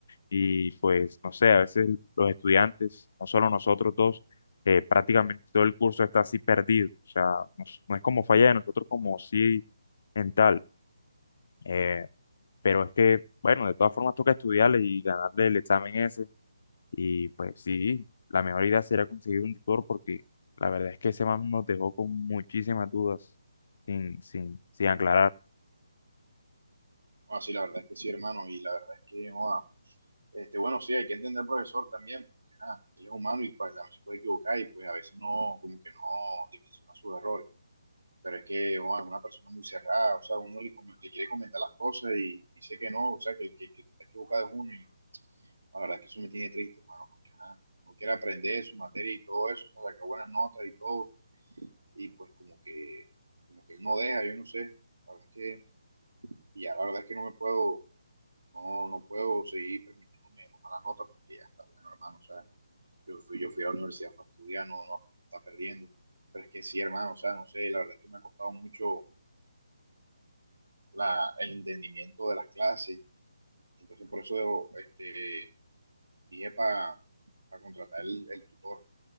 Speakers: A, on the left (about 55°); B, on the right (about 85°).
A: y pues, no sé, a veces los estudiantes, no solo nosotros dos, eh, prácticamente todo el curso está así perdido. O sea, no, es no es como falla de nosotros como sí en tal. Eh, pero es que, bueno, de todas formas toca estudiarle y ganarle el examen ese. Y pues sí, la mejor idea sería conseguir un tutor porque la verdad es que ese man nos dejó con muchísimas dudas sin, sin, sin aclarar.
B: No, Así, sí, la verdad es que sí, hermano, y la verdad es que, no Este, bueno, sí, hay que entender al profesor también, porque ah, él es humano y pues, también se puede equivocar y pues a veces no, como que no dimensiona sus errores. Pero es que oh, es una persona muy cerrada, o sea, uno le, com- le quiere comentar las cosas y dice que no, o sea, que el que, que está equivocado es uno y la verdad es que eso me tiene triste, hermano, porque ah, uno quiere aprender su materia y todo eso, o sea, sacar buenas notas y todo, y pues como que, como que él no deja, yo no sé, la verdad es que, y ya la verdad es que no me puedo, no, no puedo seguir permitiéndome las malas notas porque ya está bueno, hermano, o sea Yo fui, yo fui a la universidad, fue a estudiar, no, no está perdiendo. Pero es que sí, hermano, o sea, no sé, la verdad es que me ha costado mucho la, el entendimiento de las clases. Entonces, por eso debo, este, dije para contratar el, el, tutor.